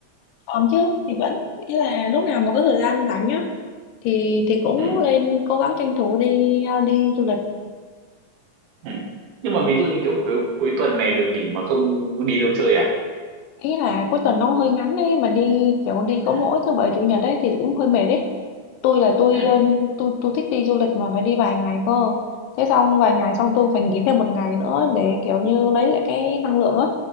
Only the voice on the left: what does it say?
còn chứ thì vẫn nghĩa là lúc nào mà có thời gian rảnh nhá thì thì cũng
lên cố gắng tranh thủ đi ờ, đi du lịch
ý là cuối tuần nó cũng hơi ngắn ấy mà đi kiểu đi có
mỗi thứ bảy chủ nhật ấy thì cũng hơi mệt ấy tôi là tôi
ờ, tôi tôi thích đi du lịch mà phải đi vài ngày cơ thế xong vài ngày xong tôi phải nghỉ thêm một ngày nữa để kiểu như lấy lại cái năng lượng á